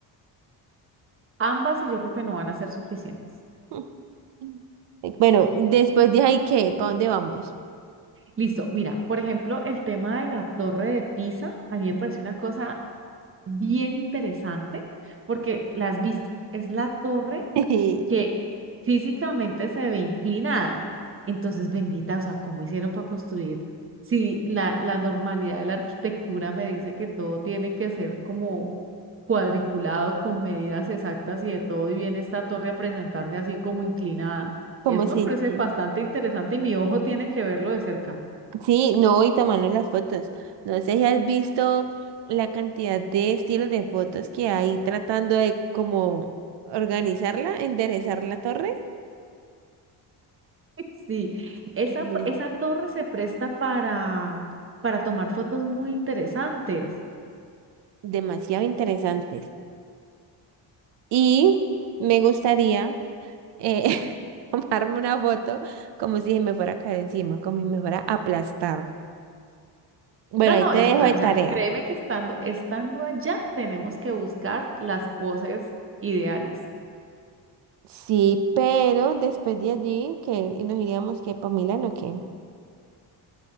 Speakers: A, on the right; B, on the right.
A: Ambas y yo creo que no van a ser suficientes.
B: Mm. <laughs> Bueno, después de ahí, ¿qué? ¿Para dónde vamos?
A: Listo, mira, por ejemplo, el tema de la torre de Pisa, a mí me parece una cosa bien interesante porque las vistas, es la torre
B: <laughs>
A: que físicamente se ve inclinada. Entonces, bendita, o sea, ¿cómo hicieron para construir? Si la, la normalidad de la arquitectura me dice que todo tiene que ser como cuadriculado, con medidas exactas y de todo, y viene esta torre a presentarse así como inclinada.
B: Como
A: Eso me
B: si...
A: parece bastante interesante y mi ojo tiene que verlo de cerca.
B: Sí, no, y tomando las fotos. No sé si has visto la cantidad de estilos de fotos que hay tratando de como organizarla, enderezar la torre.
A: <laughs> Sí, esa,
B: Me-
A: esa torre se presta para, para tomar fotos muy interesantes.
B: Demasiado interesantes. Y me gustaría eh, <laughs> tomarme una foto como si me fuera a caer encima, como si me fuera a aplastar. Bueno,
A: No,
B: ahí
A: no,
B: te
A: eso,
B: dejo
A: ah,
B: de
A: o
B: tarea.
A: sea, créeme que estando, estando allá tenemos que buscar las poses ideales.
B: Sí, pero después de allí, que nos iríamos que para Milán o qué?